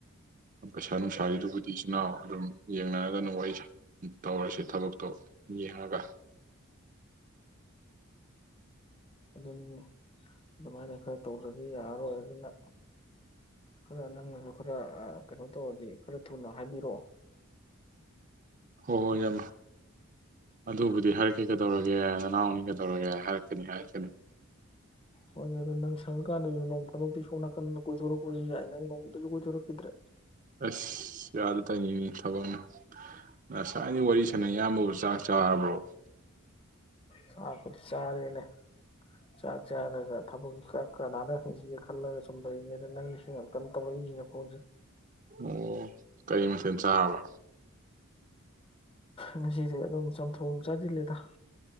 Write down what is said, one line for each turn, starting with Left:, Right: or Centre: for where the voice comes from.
Right: ꯄꯩꯁꯥ ꯅꯨꯡꯁꯥꯒꯤꯗꯨꯕꯨꯗꯤ ꯏꯆꯤꯟꯜ ꯏꯅꯥꯎ ꯑꯗꯨꯝ ꯌꯦꯡꯅꯔꯒ ꯑꯗꯨꯝ ꯋꯥꯔꯤ ꯇꯧꯔꯁꯦ ꯊꯕꯛꯇꯣ ꯌꯦꯡꯉꯒ
Left: ꯑꯗꯨꯅꯤ ꯑꯗꯨꯃꯥꯏꯅ ꯈꯔ ꯇꯧꯗ꯭ꯔꯗꯤ ꯌꯥꯔꯔꯣꯏ ꯑꯗꯨꯅ ꯈꯔ ꯅꯪꯅꯁꯨ ꯈꯔ ꯀꯩꯅꯣ ꯇꯧꯔꯗꯤ ꯈꯔ ꯊꯨꯅ ꯍꯥꯏꯕꯤꯔꯛꯑꯣ꯫
Right: ꯍꫭ ꯍꯣꯏ ꯌꯥꯝ ꯑꯗꯨꯕꯨꯗꯤ ꯍꯥꯏꯔꯛꯀꯦ ꯀꯩꯗꯧꯔꯒꯦ ꯅꯅꯥꯎꯅꯤ ꯀꯩꯗꯧꯔꯒꯦ ꯍꯥꯏꯔꯛꯀꯅꯤ ꯍꯥꯏꯔꯛꯀꯅꯤ꯫
Left: ꯍꯣꯏꯅꯦ ꯑꯗꯣ ꯅꯪ ꯁꯪꯉꯀꯥꯟꯗꯁꯨ ꯅꯣꯡ ꯐꯗꯧꯛꯇꯤ ꯁꯣ ꯅꯥꯀꯟꯗ ꯀꯣꯏꯊꯣꯔꯛꯄꯁꯨ ꯌꯥꯏ ꯅꯪ ꯅꯣꯡꯃꯇꯁꯨ ꯀꯣꯏꯊꯣꯔꯛꯈꯤꯗ꯭ꯔꯦ꯫
Right: ꯑꯁ ꯌꯥꯗ ꯇꯅꯤꯅꯤ ꯊꯕꯛꯅ ꯉꯁꯥꯏꯗꯤ ꯋꯥꯔꯤ ꯁꯥꯟꯅꯩ ꯏꯌꯥꯝꯕꯕꯨ ꯆꯥꯛ ꯆꯥꯔꯕ꯭ꯔꯣ꯫
Left: ꯆꯥꯛꯄꯨꯗꯤ ꯆꯥꯔꯦꯅꯦ ꯆꯥꯛ ꯆꯥꯔꯒ ꯊꯕꯛ ꯀꯩꯀꯥ ꯀꯅꯥꯗ ꯍꯪꯁꯤꯒꯦ ꯈꯜꯂꯒ ꯁꯨꯝ ꯇꯧꯔꯤꯉꯩꯗ ꯅꯪꯁꯤ ꯉꯥꯛꯇꯪ ꯇꯧꯔꯛꯏꯉ ꯄꯣꯟꯁꯦ꯫
Right: ꯑꯣ ꯀꯔꯤ ꯃꯊꯦꯜ ꯆꯥꯔꯕ꯫
Left: ꯉꯁꯤꯗꯤ ꯑꯗꯨꯝ ꯆꯝꯊꯣꯡ ꯆꯥꯁꯤꯜꯂꯦꯗ꯫